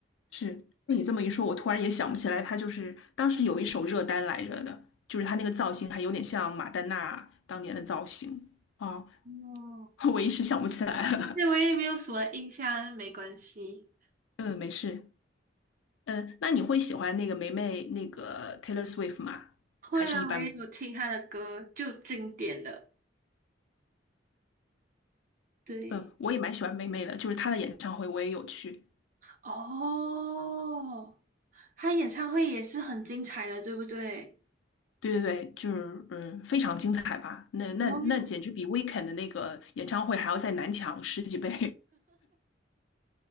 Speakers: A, on the left; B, on the right.
A: 是，被你这么一说，我突然也想不起来，他就是当时有一首热单来着的，就是他那个造型还有点像马丹娜当年的造型哦，
B: 哦，
A: <laughs> 我一时想不起来了。
B: 对，我也没有什么印象，没关系。
A: <laughs> 嗯，没事。嗯，那你会喜欢那个霉霉那个 Taylor Swift 吗？
B: 会啊，
A: 还是一般？
B: 我也有听他的歌，就经典的。对，
A: 嗯，我也蛮喜欢霉霉的，就是她的演唱会我也有去。
B: 哦，他演唱会也是很精彩的，对不对？
A: 对对对，就是嗯，非常精彩吧？那那那简直比
B: 然后又
A: Weekend 的那个演唱会还要再难抢十几倍。